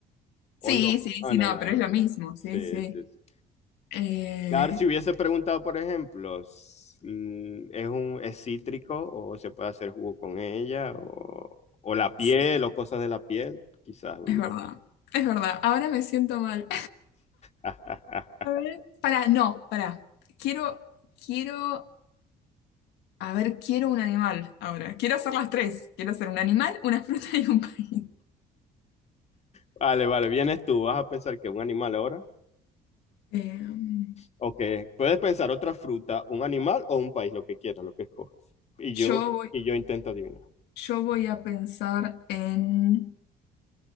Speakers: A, on the left; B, on the left.
A: ¿O
B: Sí,
A: no?
B: sí,
A: Ananá,
B: sí, no, pero
A: sí.
B: es lo mismo. Sí,
A: Sí,
B: sí.
A: sí, sí.
B: Eh,
A: Claro, si hubiese preguntado, por ejemplo, s- mm, ¿es un es cítrico o se puede hacer jugo con ella o, o la piel
B: sí,
A: o cosas de la piel? Quizás hubiese.
B: es verdad. Es verdad. Ahora me siento mal.
A: <laughs>
B: A ver, para, no, para. Quiero, quiero, a ver, quiero un animal ahora. Quiero hacer las tres. Quiero hacer un animal, una fruta y un país.
A: Vale, vale, vienes tú, vas a pensar que es un animal ahora
B: Eh,
A: o que puedes pensar otra fruta, un animal o un país, lo que quieras, lo que escoges. Y
B: yo
A: yo
B: voy,
A: y yo intento adivinar.
B: yo voy a pensar en,